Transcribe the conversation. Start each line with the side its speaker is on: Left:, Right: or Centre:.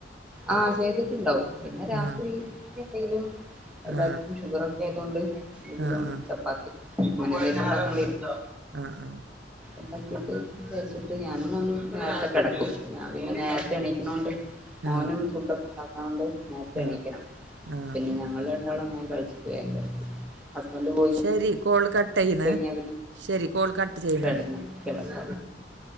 Centre: ആഹ ചെയ്തിട്ടുണ്ടാവും പിന്നെ രാത്രി
Right: ആ
Centre: എന്തെിലും
Right: ആ
Centre: എല്ലാർക്കും ഷുഗർ ഒക്കെ ആയത കൊണ്ട് എങ്കിലും
Right: ആ ആ
Centre: ചപ്പാത്തി <inaudible> മനന്തും ഉണ്ടാക്കണ്ടി വരും
Right: ആഹ ഉ
Centre: ണ്ടാക്കിട്ട് കഴച്ചിട്ട് ഞാനും മോനും നേരത്തെ കെടക്കും ഞാൻ പിന്നെ നേരത്തെ എണീക്കുന്നോണ്ട്
Right: ആ
Centre: ഓനും ഫുഡൊക്കെ ഉാക്കൻണ്ട് നേത്ത്
Right: ആ ആ
Centre: എണീക്കണം
Right: ആ
Centre: പിന്നെ ഞങ്ങ ര ളെ മോൻ കഴിച്ചിട്ട് വേ കടക്കും ഹസ്ബൻ്റ് പോയി
Right: ശരി കോൾ കട്ട് ചെയ്യുന്നേ
Centre: കഴിഞ്ഞ പിന്നെ
Right: ശരി കോൾ കട്ട് ചെയ്യണേ
Centre: കടന്ന <inaudible> കടന്ന